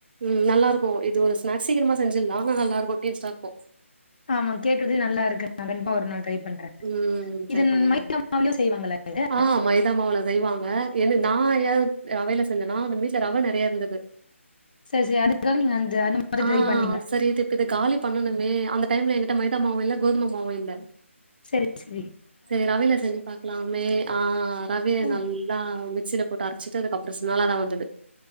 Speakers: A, on the right; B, on the left.
A: ம் நல்லா இருக்கு. இது ஒரு ஸ்நாக்ஸ் சீக்கிரமா செஞ்சிட்லா ஆனா நல்லா இருக்கு, டேஸ்ட்டா இருக்கு.
B: ஆமா கேக்குறதே நல்லா இருக்கு நா கண்டிப்பா ஒரு நாள் ட்ரை பண்றே.
A: ம் ட்ரை
B: இத
A: பண்ணுங்க
B: மைதா மாவுலயு செய்வாங்களா இத.
A: ஆ மைதா மாவுல செய்வாங்க. என்ன நா ஏ ரவையில செஞ்சன்னா அந்த வீட்ல ரவை நெறையா இருந்தது.
B: சரி சரி அதுக்காக நீங்க அந்த அந்த மாதிரி
A: ஆ,
B: ட்ரை பண்ணீங்க
A: சரி இது இப்ப இது காலி பண்ணனுமே அந்த டைம்ல எங்கிட்ட மைதா மாவும் இல்ல, கோதும மாவும் இல்ல.
B: செரி செரி
A: சேரி ரவைல செஞ்சு பாக்கலாமே ஆ, ரவைய
B: ம்.
A: நல்லா மிக்சில போட்டு அரைச்சிட்டு, அதுக்கப்றோ செஞ்ச நல்லாதா வந்துது.